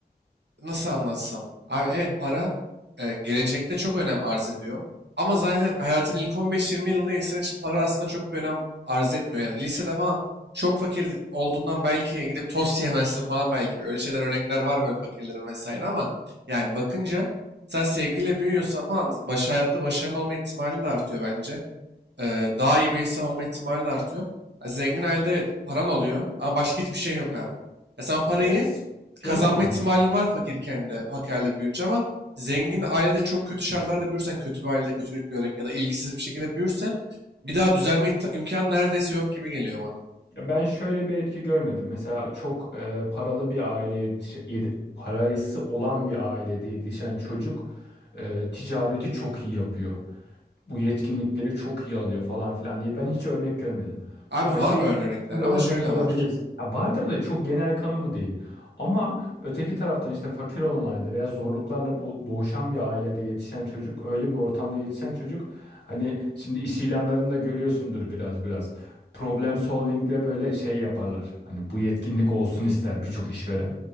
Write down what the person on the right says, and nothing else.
nasıl anlatsam? Abi evet para e, gelecekte çok önem arz ediyor. Ama zaten hayatın ilk 15-20 yılında insan için para aslında çok bir önem arz etmiyor. Yani lisede falan çok fakir olduğundan belki gidip tost yemezsin falan belki. Öyle şeyler örnekler var böyle fakirlerin vesaire ama yani bakınca sen sevgiyle büyüyorsan falan baş, hayatta başarılı olma ihtimalin de artıyor bence. Ee, daha iyi bir insan olma ihtimalin artıyor. Ha, zengin ailede evet paran oluyor ama başka hiçbir şey yok abi. Ya sen parayı
kazanma
ihtimalin
var fakirken de, fakirle büyüyünce ama zengin ailede çok kötü şartlarda büyürsen, kötü bir ailede kötülük görerek ya da ilgisiz bir şekilde büyürsen bir daha düzelme ihti- imkanı neredeyse yok gibi geliyor bana.
Abi
var
örnekler
ama şöyle
var.